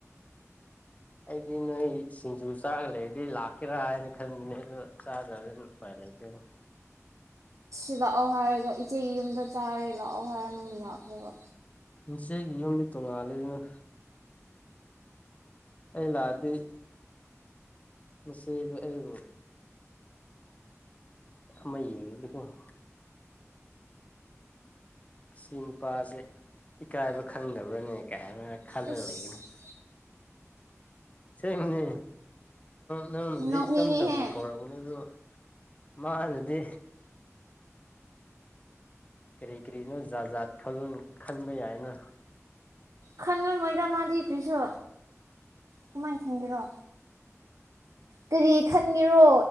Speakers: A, on the left; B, on the right.
A: ꯑꯩꯗꯤ ꯅꯣꯏ ꯁꯤꯡꯖꯨ ꯆꯥꯒ ꯂꯩꯔꯗꯤ ꯂꯥꯛꯀꯦꯔꯥ ꯍꯥꯏꯅ ꯈꯟꯕꯅꯦ ꯑꯣ ꯆꯥꯗꯕ <unintelligible>
B: ꯑ ꯂꯥꯛꯑꯣ ꯍꯥꯏꯔꯒ ꯏꯆꯦꯒꯤ ꯌꯨꯝꯗ ꯆꯥꯔꯦ ꯂꯥꯛꯑꯣ ꯍꯥꯏꯔꯣ ꯅꯪ ꯌꯥꯎꯗ꯭ꯔꯕ
A: ꯆꯒꯤ ꯌꯨꯝꯕꯤ ꯇꯣꯉꯂꯦ ꯑꯗꯨꯅ ꯑꯩ ꯂꯑꯥꯗꯤ ꯃꯁ ꯑꯕꯨ ꯃꯤ ꯌꯦ ꯃꯩꯌꯦꯀꯏ ꯁꯤ ꯅꯨꯄꯥꯁꯦ ꯏꯀꯥꯏꯕ ꯈꯪꯗꯕ꯭ꯔꯥꯅꯦ ꯀꯥꯏꯅ ꯈꯜꯂꯒ
B: ꯏꯁ
A: ꯂꯩꯒꯅꯤ ꯁꯦꯡꯕꯅꯤ ꯅꯪꯅꯗꯤ
B: ꯅꯣꯛꯅꯤꯡꯉꯤꯍꯦ
A: ꯏꯆꯝ ꯆꯝꯅ ꯀꯧꯔꯛꯔꯕꯅꯦ ꯑꯗꯨ ꯃꯥꯅꯗꯤ ꯀꯔꯤ ꯀꯔꯤꯅꯣ ꯖꯥꯖꯥꯠ ꯊꯧ ꯈꯟꯕ ꯌꯥꯏꯅ
B: ꯈꯜꯂꯝꯝꯃꯣꯏꯗ ꯃꯥꯗꯤ ꯀꯔꯤꯁꯨ ꯀꯃꯥꯏꯅ ꯊꯪꯒꯦꯔꯣ ꯀꯔꯤ ꯈꯟꯒꯦꯔꯣ